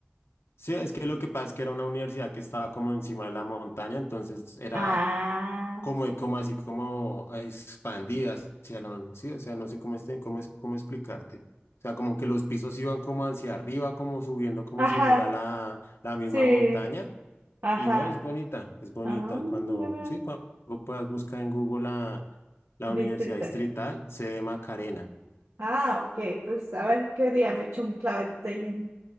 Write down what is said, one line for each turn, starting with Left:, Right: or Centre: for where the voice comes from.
Left: sí, es que lo que pasa es que era una universidad que estaba como encima de la montaña, entonces era
Right: Ah,
Left: como, como así, como ah, expandida hacia la, sí, o sea, no sé cómo, este, cómo, es- cómo explicarte. O sea, como que los pisos iban como hacia arriba, como subiendo, como
Right: ajá,
Left: si fuera la, la misma
Right: sí,
Left: montaña.
Right: ajá.
Left: Y no, es bonita, es bonita.
Right: Ah,
Left: Cuando,
Right: ya veo.
Left: sí, cuando puedas buscar en Google la, la
Right: Distrito.
Left: Universidad Distrital, sede Macarena.
Right: Ah, ok, pues a ver qué día me echo un clavadito ahí en